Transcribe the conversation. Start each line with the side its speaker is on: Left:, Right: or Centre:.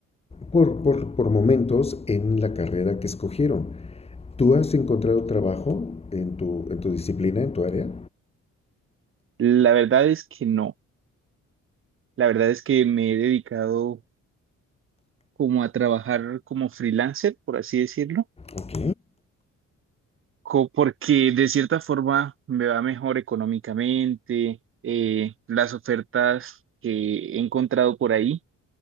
Left: por, por, por momentos en la carrera que escogieron. ¿Tú has encontrado trabajo en tu, en tu disciplina, en tu área?
Right: La verdad es que no, la verdad es que me he dedicado como a trabajar como freelancer, por así decirlo,
Left: Ok.
Right: co- porque de cierta forma me va mejor económicamente, eh, las ofertas que he encontrado por ahí